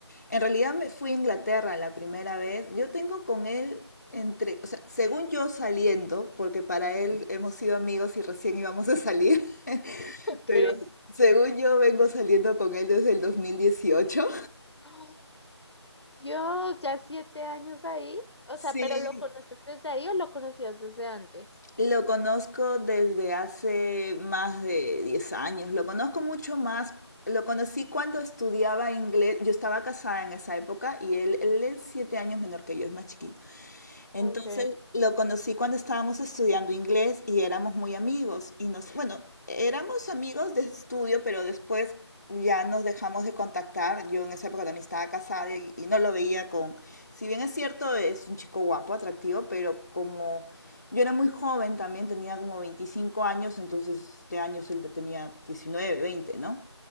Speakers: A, on the left (about 35°); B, on the left (about 60°).
A: en realidad
B: Mm,
A: me fui a Inglaterra la primera vez, yo tengo con él entre, o sea, según yo saliendo, porque para él hemos sido amigos y recién íbamos a salir, <laughs>
B: <laughs> Ok.
A: pero según yo vengo saliendo con él desde el dos mil dieciocho
B: Ah, Dios, ya siete años ahí. O
A: Sí,
B: sea, ¿pero lo conoces desde ahí o lo conocías desde antes?
A: Lo conozco desde hace más de 10 años. Lo conozco mucho más. Lo conocí cuando estudiaba inglés. Yo estaba casada en esa época y él, él es 7 años menor que yo, es más chiquito. Entonces
B: Ok,
A: lo conocí cuando estábamos estudiando inglés y éramos muy amigos y nos, bueno, éramos amigos de estudio, pero después ya nos dejamos de contactar. Yo en esa época también estaba casada y, y no lo veía con, si bien es cierto, es un chico guapo, atractivo, pero como yo era muy joven también, tenía como veinticinco años, entonces este año él tenía 19 veinte ¿no?